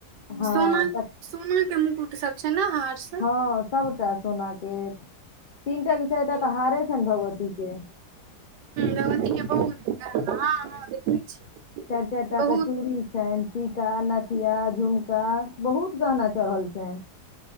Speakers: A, on the left; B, on the right.
A: हँ
B: सोना सोना के मुकुट सब छै ने? हार सब?
A: हँ सबटा सोना के। तीनटा चाइर टा
B: ह
A: तऽ हारे छनि भगवती के। चूड़ी
B: भगवती के बहुत गहना हँ
A: चारि
B: हँ देखै छी
A: चारि टा
B: बहुत
A: क चूड़ी छैन, टीका नथिया झुमका त बहुत गहना चढ़ल छैन।